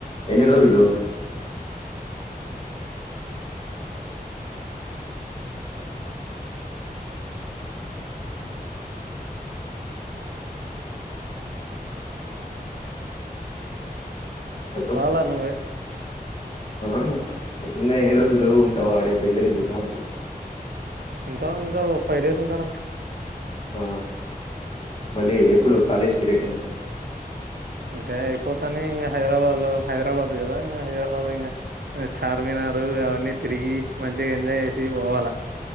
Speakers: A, on the left (about 40°); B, on the right (about 80°).
A: ఎన్ని రోజలు హలో
B: పాల నువ్వే
A: ఆ ఇంకా ఎన్ని రోజులు ఉంటవు ఆడ పెళ్ళి దగ్గర అంటున్న
B: ఇంకా ఇంకా ఫైవ్ డేస్ ఉంటారా
A: ఆ మళ్ళీ ఎప్పుడు కాలేజ్ పీరియడ్
B: ఇంకా అయిపోతానే ఇంకా హైదరాబాద్ లో హైదరాబాద్ కదా ఇకా హైదరాబాద్ లో ఇంకా చార్మినార్ అవన్నీ తిరిగి మంచిగా ఎంజాయ్ చేసి పోవాల